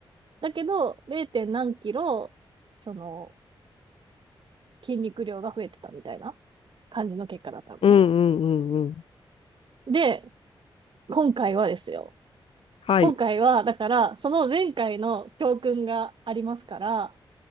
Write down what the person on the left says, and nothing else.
うんうんうんうん。
はい。